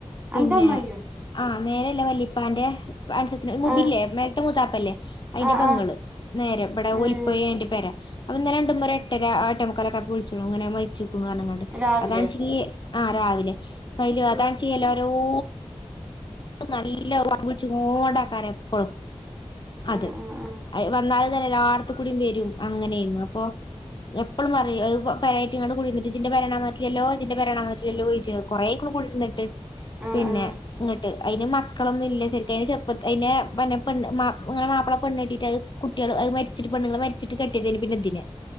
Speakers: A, on the left; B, on the right.
A: പിന്നെ
B: അന്റെ അമ്മായിയോ
A: ആഹ് മേലല്ലേ വല്ലിപ്പാന്റെ അൻസത്തിന് മുമ്പില്ലേ
B: ആഹ്
A: മേല മൂത്താപ്പല്ലേ അയിന്റെ
B: ആഹ്
A: പെങ്ങള്
B: ആഹ്
A: നേരെ ഇമ്പടെ
B: ഏഹ്
A: ഒലിപ്പോയി അയിന്റെ പേര അവ നിന്നലെ രണ്ടുമൂ ഒരു എട്ടര എട്ടെ മുക്കലൊക്കെ ആയപ്പോ വിളിച്ച്ണു ഇങ്ങനെ മരിച്ചു പറഞ്ഞങ്കാണ്ട്
B: രാവിലെ
A: അതാണിച്ചീ ആഹ് രാവിലെ കൈല് അതാണിചെയ്യല്ലോ
B: ആഹ്
A: ഊ നല്ല വ ച്ച് ങ്ങോണ്ടാക്കാരം എപ്പളും അതെ
B: ആഹ് ആഹ്
A: വന്നാൽ അെ എല്ലാട്ത്തും കൂടി വരും അങ്ങനെയര്ന്നു അപ്പൊ എപ്പളും പറയും പെരെക്ക് കുടിരുന്നിട്ട് ഇജ്ജിൻ്റെ പെരാണാൻ വന്നിട്ടില്ലല്ലോ ഇജ്ജിൻ്റെ പെരാണാൻ വന്നിട്ടില്ലല്ലോ ചോയ്ച്ച കുറേ കൂടി കുടിന്നിട്ട്
B: ആഹ്
A: പിന്നെ
B: ആഹ് ആഹ്
A: ഇങ്ങ അയിന് മക്കളൊന്നുല്ല ശെരിക്ക് അയിനെ ചെറുപ്പ അയിന് പന്നെ പെണ്ണ് ഇങ്ങനെ മാപ്പള പെണ്ണ് കെട്ടീട്ട് കുട്ടികൾ അത് മരിച്ചിട്ട് പെണ്ണുങ്ങള് മരിച്ചിട്ട് കെട്ടിയതിന് പിന്നെ ഇതിനെ